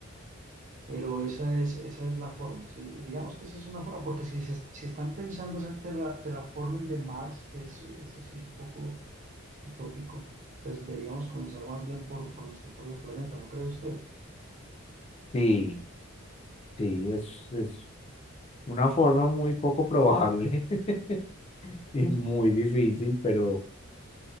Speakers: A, on the right (about 35°); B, on the left (about 30°).
A: Pero esa es, esa es la forma, ¿sí? Digamos que esa es una forma, porque si, se- si están pensando hacer terra- terraforming de Mars, que es, eso sí es un poco utópico, pues deberíamos comenzar más bien por, por nuestro propio planeta, ¿no cree usted?
B: Sí, sí, es, es Una forma muy poco probable <laughs> y muy difícil, pero,